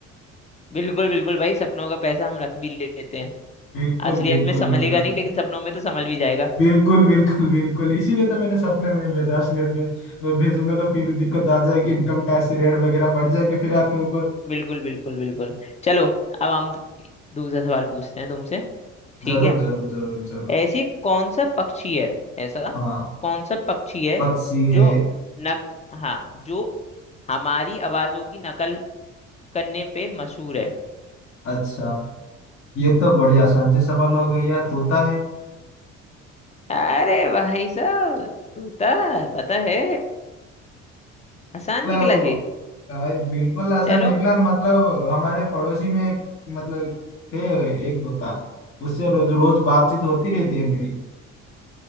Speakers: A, on the left; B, on the left.
A: बिल्कुल बिल्कुल भाई सपनों का पैसा हम रख भी लेते हैं
B: बिल्कुल
A: असलियत
B: बिल्कुल
A: में संभलेगा
B: बिल्कुल
A: नहीं लेकिन सपनों में तो संभल भी जाएगा
B: बिल्कुल बिल्कुल बिल्कुल इसीलिए तो मैंने सपने में भेजा असलियत में मैं भेजूंगा तो फिर दिक्कत आ जाएगी इनकम टैक्स की रेट वगैरह पड़ जाएंगे फिर आपके ऊपर
A: बिल्कुल बिल्कुल बिल्कुल चलो अब हम दूसरा सवाल पूछते हैं तुमसे ठीक
B: जरूर
A: है
B: जरूर जरूर जरूर
A: ऐसी कौन सा पक्षी है ऐसा
B: हाँ
A: कौन सा पक्षी है
B: पक्षी है
A: जो नक हाँ जो हमारी आवाजों की नकल करने पे मशहूर है
B: अच्छा ये तो बड़ी आसान सी सवाल हो गई यार तोता है
A: अरे भाई साहब तोता पता है आसान
B: मतलब
A: निकला जी
B: अ, बिल्कुल ऐसा
A: चलो
B: निकला मतलब हमारे पड़ोसी में एक मतलब थे एक तोता उससे रोज रोज बातचीत होती रहती है मेरी